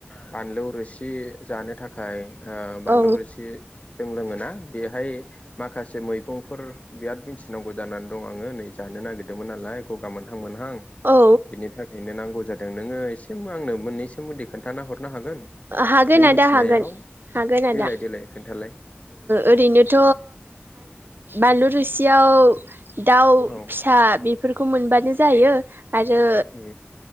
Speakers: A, on the left; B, on the right.
A: फानलौ रोसि जानो थाखाय ओ बानलु
B: औ
A: रोसि जो बेहाय मसे मै सिखंफोर बिराद मिथिनांगौ जानानै दं आङो नै जानो नागिरदोंमोन नालाय गगाोनहा
B: औ
A: नि थाखायनोांग जादों नो आ सोमोन्दै खथा ह हरनो हागोन
B: हागोन
A: नों
B: आदा
A: मिथिनायाव
B: हागोन हागोन आदा
A: देलाय देलाय खोन्थालाय
B: ओरैनोथ' बानलु रोसियाव दाउ
A: औ
B: फिसा बेफोरखौ मोनबानो जायो आरो
A: उम